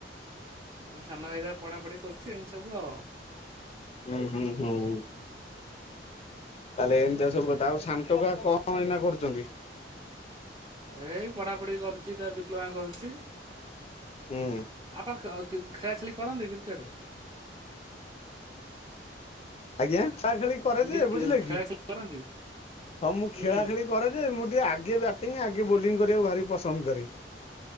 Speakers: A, on the right; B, on the left.
A: ମୋ ସାନ ଭାଇଟା ପଢ଼ାପଢ଼ି କରୁଛି। ଏମିତି ସବୁ ଆଉ।
B: ହୁଁ ହୁଁ ହୁଁ ତାହେଲେ ଏମିତିଆ ସବୁ କଥା। ଆଉ ସାନ ଟୋକା କଣ ଏଇନା କରୁଚନ୍ତି।
A: ଏଇ ପଢ଼ାପଢ଼ି କରୁଚି ତାର ଡିପ୍ଲୋମା କରୁଚି।
B: ହୁଁ
A: ଆପ୍ କ୍ରିକ୍ ଖେଳା ଖେଳି କରନ୍ତି କ୍ରିକେଟ।
B: ଆଜ୍ଞା ଖେଳା ଖେଳି କରେ
A: ମୁଁ
B: ଯେ
A: କହିଲି
B: ବୁଝିଲେ
A: ଖେଳା
B: କି
A: ଖେଳି କରନ୍ତି
B: ହଁ ମୁଁ
A: ହୁଁ
B: ଖେଳା ଖେଳି କରେ ଯେ ମୁଁ ଟିକେ ଆଗେ ବ୍ୟାଟିଙ୍ଗ ଆଗେ ବୋଲିଙ୍ଗ କରିବାକୁ ଭାରି ପସନ୍ଦ କରେ।